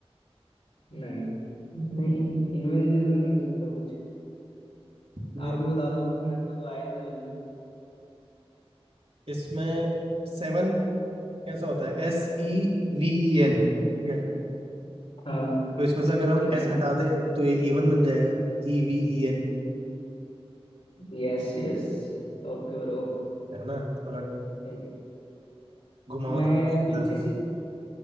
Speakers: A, on the left; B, on the right.
A: नाइन नहीं इनमें से तो नहीं हो सकता कुछ
B: है
A: आप ही बता दो मेरे को तो आया नहीं समझ में
B: इसमें सेवन कैसा होता है एस ई वी ई एन ठीक है
A: हाँ
B: तो इसमें से अगर हम
A: ठीक
B: एस
A: है
B: हटा दें तो ये इवन बन जाएगा ई वी ई एन
A: Yes yes okay bro
B: है ना थोड़ा
A: सही है
B: घुमावदार
A: मैं
B: question
A: पीछे
B: था।
A: से